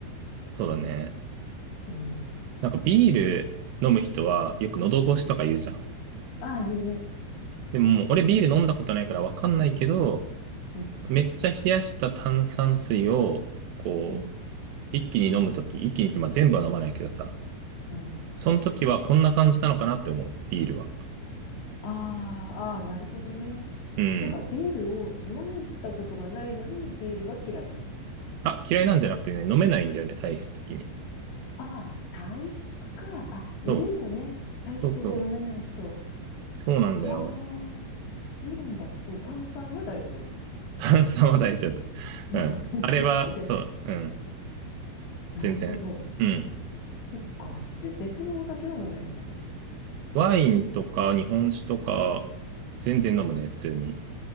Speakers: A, on the right; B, on the left.
A: そうだね。
B: うん。
A: なんかビール飲む人はよく喉越しとか言うじゃん。
B: へえうん。ああいうね、
A: でももう俺ビール飲んだことないからわかんないけど、
B: うん、
A: めっちゃ冷やした炭酸水を、こう、
B: うん、
A: 一気に飲むとき、一気にってまあ全部は飲まないけどさ、
B: うん。
A: その時はこんな感じなのかなって思う、ビールは。
B: ああ、ああ、なるほどね。っ
A: うん。
B: ていうか、ビールを飲んだことがないのに、ビールは嫌いなんだ。
A: あ、嫌いなんじゃなくてね、飲めないんだよね、体質的に。
B: ああ、体質か。あ、いるよね。
A: そう。
B: 体質で飲めない人。
A: そうそう。そうなんだよ。
B: ああ、そうなんだ。でも炭酸は大丈夫なんだ。
A: 炭酸は大丈夫。
B: <laughs>
A: うん。あれは、
B: じゃあ、
A: そう、うん。
B: なるほど。
A: 全然。うん。
B: そっか。で、別のお酒は飲めるんだね。
A: ワインとか日本酒とか、全然飲むね、普通に。